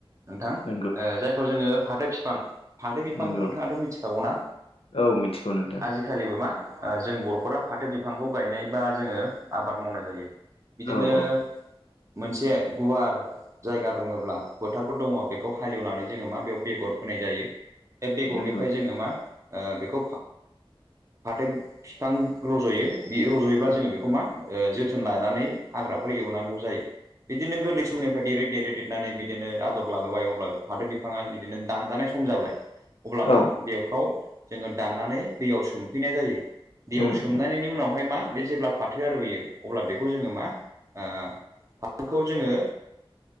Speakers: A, on the right; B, on the left.
A: नोंथां
B: नंगौ
A: जायखौ जोङो फाथो बिफां फादो बिफांखौ
B: नंगौ
A: नोंथाङाथ' मिथि थागना
B: औ मिथिगौ नोंथां
A: आजिखालिबो मा जों बर'फोरा फाथो बिफांखौ गायनाय बा जोङो आबाद मावनाय जायो बिदिनो
B: औ औ
A: मोनसे गुवार जायगा दंङला फोथारफोर दंङ बेखौ हालेवनानै जोङो मा बेयाव बेगर फोनाय जायो बे बेगरनिफ्राय
B: नंगौ
A: जोङो मा बेखौ फाथो बिफां रज'यो बि रज'योब्ला
B: औ
A: जोङो बेखौ मा जोथोन लानानै हाग्राफोर एवनांगौ जायो बिदिनो गोरलै समनिफ्राय देरै देरो देरनानै बिदिनो आदर लाबोबाय अब्ला फाथो बिफाङा बिदिनो दानजानाय सम जाबाय अब्ला
B: औ
A: मा बेखौ जोङो दाननानै दैयाव सोमफैनाय जायो दैयाव
B: उम
A: सोमनायनि
B: उम
A: उनावहाय मा बे जेब्ला फाथोआ रुयो अब्ला बेखौ जोङो मा फाथोखौ जोङो